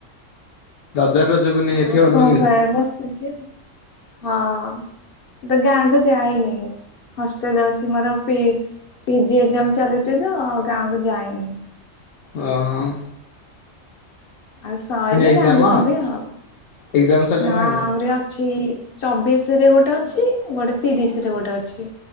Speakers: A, on the left; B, on the left.
A: ବଜାର ରଜକୁ ନେଇ
B: ଆଉ
A: ଏଥିବ ଅନୁ
B: କଣ
A: କି?
B: କହ ହଁ। ତ ଗାଁ କୁ ଯାଇନି ହଷ୍ଟେଲ ଅଛି ମୋର। ପିଜି ଏକ୍ଜାମ ଚାଲୁଛି ତ ଆଉ ଗାଁକୁ ଯାଏନି।
A: ଅହ।
B: ଆଉ ସରିଲେ
A: ଏକ୍ଜାମ?
B: ଗାଁକୁ ଯିବି ଆଉ
A: ଏକ୍ଜାମ ସରିଲା
B: ନା
A: ଗାଁକୁ
B: ଆହୁରି ଅଛି। ଚବିଶ ରେ ଗୋଟେ ଅଛି ଗୋଟେ ତିରିଶ ରେ ଗୋଟେ ଅଛି।